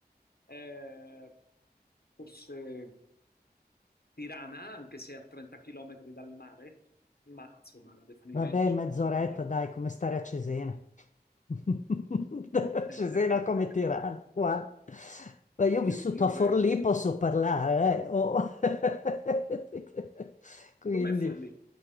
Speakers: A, on the left; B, on the left.
A: Eh, forse Tirana, anche se a 30 km dal mare, ma insomma la definirei
B: Vabbè,
A: una città
B: mezz'oretta,
A: mediterranea.
B: dai, come stare a Cesena. <laughs> Cesena
A: <laughs>
B: come Tirana, guarda. Beh, io
A: Più,
B: ho vissuto
A: più
B: a
A: o
B: Forlì,
A: meno.
B: posso parlare, eh, oh. <laughs> Quindi,
A: Com'è Forlì?